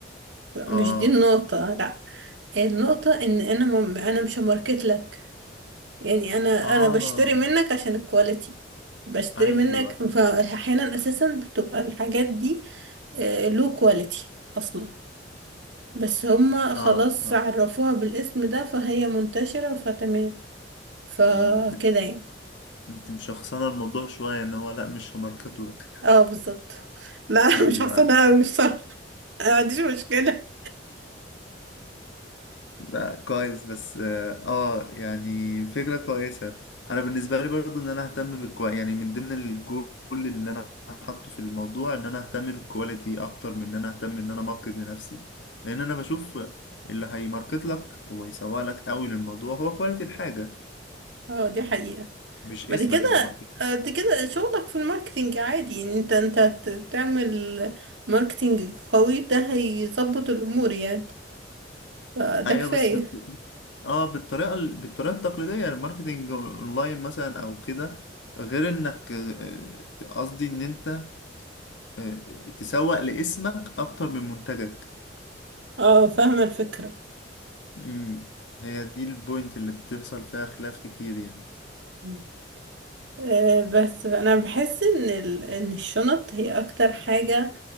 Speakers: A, on the right (about 75°); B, on the left (about 85°).
A: مش
B: اه
A: دي النقطة لا النقطة ان انا مم... انا مش ماركت لك يعني انا
B: اه
A: انا بشتري منك عشان الكواليتي بشتري
B: ايوه
A: منك فاحيانا اساسا بتبقى الحاجات دي آه، لو كواليتي اصلا بس هما خلاص
B: اه اه
A: عرفوها بالاسم ده فهي منتشرة فتمام فكده
B: م- انت
A: يعني
B: انت مشخصنه الموضوع شويه ان هو لا مش هماركت لك
A: اه بالظبط لا
B: ايوه
A: <laughs> مش حاسة
B: ايوه
A: انا أوي بصراحة ما عنديش مشكلة
B: لا كويس بس اه آه، يعني فكره كويسه انا بالنسبه لي برضو ان انا اهتم بالكوا يعني من ضمن الجول اللي انا حاطه في الموضوع ان انا اهتم بالكواليتي اكتر من ان انا اهتم ان انا ماركت لنفسي لان انا بشوف اللي هيماركت لك ويسوق لك قوي للموضوع هو كواليتي الحاجه
A: <laughs> اه دي حقيقة
B: مش
A: بعد
B: اسمك
A: كده
B: اللي هيماركت
A: آه، بعد كده شغلك في الماركتينج عادي يعني انت انت هت- تعمل ماركتينج قوي ده هيظبط الامور يعني فده
B: ايوه
A: كفاية
B: بس بت... اه بالطريقه ال- بالطريقه التقليديه يعني الماركتنج اونلاين مثلا او كده غير انك آه، قصدي ان انت آه، تسوق لاسمك اكتر من منتجك
A: اه فاهمة الفكرة
B: امم هي دي البوينت اللي بتحصل فيها خلاف كتير يعني
A: مم. آه، بس انا بحس ان ال... ان الشنط هي اكتر حاجة